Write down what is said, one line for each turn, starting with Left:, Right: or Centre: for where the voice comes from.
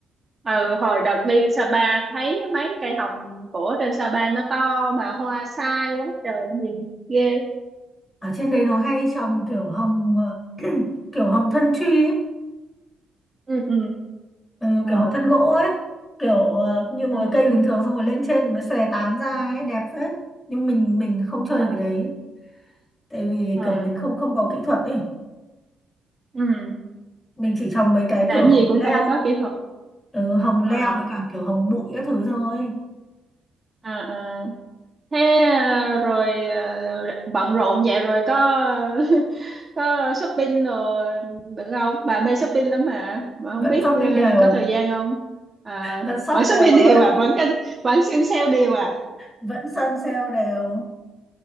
Right: à ừ hồi đợt đi Sapa thấy mấy cây hồng cổ trên Sapa nó to mà hoa sai quá trời nhìn ghê
Left: ở trên đấy nó hay trồng kiểu hồng ờ, kiểu hồng thân truy ấy.
Right: ừ ừ
Left: Ừ,
Right: ờ
Left: kiểu hồng thân gỗ ấy kiểu ờ, như một
Right: ừ
Left: cái cây
Right: ừ
Left: bình thường xong rồi lên trên mới xòe tán ra ấy đẹp phết nhưng mình mình không chơi
Right: Ờ,
Left: được cái đấy tại vì
Right: à
Left: kiểu mình không không có kỹ thuật ấy
Right: ừ.
Left: mình chỉ trồng mấy cái
Right: làm
Left: kiểu hồng
Right: gì cũng
Left: leo
Right: phải có kỹ thuật
Left: ừ, hồng leo
Right: à
Left: với cả kiểu hồng bụi các thứ thôi
Right: à à thế à, rồi à, bận rộn vậy rồi có <laughs> có shopping rồi được không bà mê shopping lắm mà mà không
Left: vẫn
Right: biết
Left: shopping
Right: ờ,
Left: đều
Right: có thời gian không à
Left: vẫn shop
Right: vẫn shopping
Left: đều bà
Right: đều
Left: ơi
Right: à vẫn kênh vẫn xem sale đều à
Left: vẫn săn sale đều